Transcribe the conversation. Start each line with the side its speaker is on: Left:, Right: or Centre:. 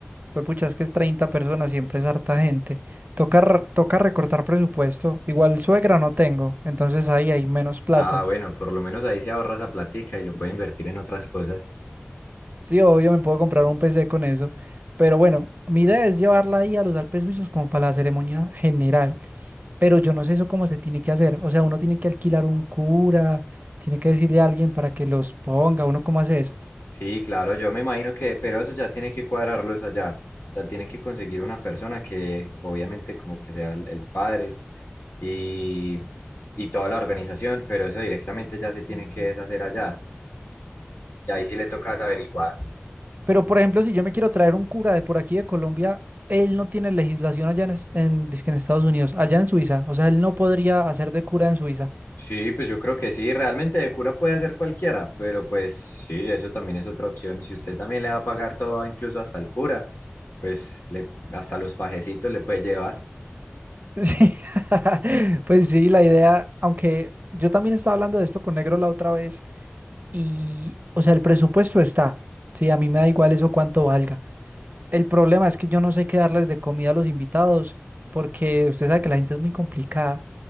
Right: Pues pucha, es que es 30 personas, siempre es harta gente. Toca, r- toca recortar presupuesto. Igual suegra no tengo, entonces ahí hay menos plata.
Left: Ah, bueno, por lo menos ahí se ahorra esa platica y lo puede invertir en otras cosas.
Right: Sí, obvio, me puedo comprar un PC con eso. Pero bueno, mi idea es llevarla ahí a los Alpes Suizos como para la ceremonia general. Pero yo no sé eso cómo se tiene que hacer. O sea, uno tiene que alquilar un cura, tiene que decirle a alguien para que los ponga, uno cómo hace eso.
Left: Sí, claro, yo me imagino que, pero eso ya tiene que cuadrarlo es allá. O sea, tiene que conseguir una persona que obviamente como que sea el, el padre y, y toda la organización, pero eso directamente ya se tiene que deshacer allá. Y ahí sí le tocas averiguar.
Right: Pero por ejemplo, si yo me quiero traer un cura de por aquí de Colombia, él no tiene legislación allá en, es- en, dizque en Estados Unidos, allá en Suiza. O sea, él no podría hacer de cura en Suiza.
Left: Sí, pues yo creo que sí, realmente de cura puede hacer cualquiera, pero pues sí, eso también es otra opción. Si usted también le va a pagar todo, incluso hasta el cura, pues le, hasta los pajecitos le puede llevar.
Right: Sí, <laughs> pues sí, la idea, aunque yo también estaba hablando de esto con Negro la otra vez. Y, o sea, el presupuesto está. Sí, a mí me da igual eso cuánto valga. El problema es que yo no sé qué darles de comida a los invitados porque usted sabe que la gente es muy complicada.